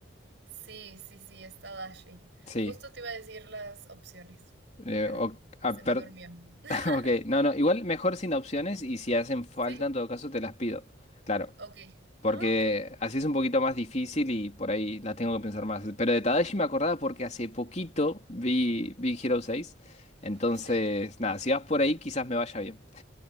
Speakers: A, on the right; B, on the left.
A: Sí, sí, sí, está Dashi.
B: sí.
A: Justo te iba a decir las opciones,
B: Eh,
A: pero
B: o- ah,
A: se
B: per-
A: me durmió. <laughs>
B: <laughs> ok, no, no, igual mejor sin opciones y si hacen falta,
A: ¿Sí?
B: en todo caso, te las pido. Claro.
A: Ok.
B: Porque
A: Ah, ok.
B: así es un poquito más difícil y por ahí la tengo que pensar más. Pero de Tadashi me acordaba porque hace poquito vi Big Hero 6. Entonces,
A: Sí.
B: nada, si vas por ahí, quizás me vaya bien.